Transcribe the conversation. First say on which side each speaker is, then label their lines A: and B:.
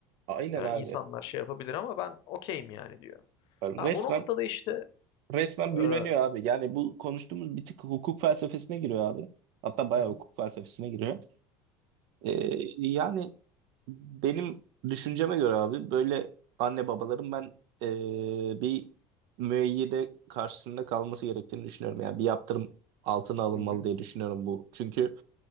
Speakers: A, on the right; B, on the left.
A: Aynen
B: Ee,
A: abi.
B: insanlar şey yapabilir ama ben okeyim yani diyor.
A: Yani
B: Ha
A: Resmen
B: bu noktada işte
A: Resmen
B: e, hı
A: büyüleniyor abi. Yani bu konuştuğumuz bir tık hukuk felsefesine giriyor abi. Hatta bayağı
B: hı,
A: hukuk felsefesine giriyor. Ee, yani benim düşünceme göre abi böyle anne babaların ben ee, bir müeyyide karşısında kalması gerektiğini düşünüyorum. Yani bir yaptırım altına alınmalı
B: hı hı,
A: diye düşünüyorum bu. Çünkü